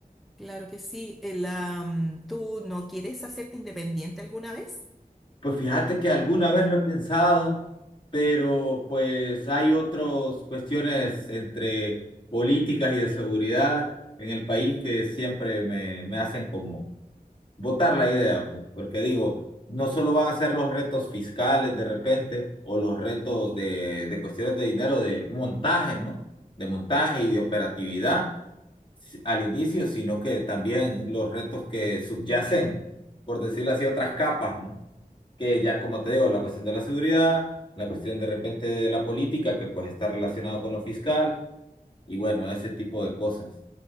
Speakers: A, in the centre; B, on the left.
A: claro que sí. El, am, ¿tú no quieres hacerte independiente alguna vez?
B: Pues fíjate que alguna vez lo he pensado, pero pues hay otras cuestiones entre políticas y de seguridad en el país que siempre me, me hacen como votar la idea, pues, porque digo, no solo van a ser los retos fiscales de repente o los retos de, de cuestiones de dinero, de montaje, ¿no? De montaje y de operatividad si- al inicio, sino que también los retos que subyacen, por decirlo así, otras capas, ¿no? Que ya, como te digo, la cuestión de la seguridad, la cuestión de repente de la política, que pues está relacionado con lo fiscal, y bueno, ese tipo de cosas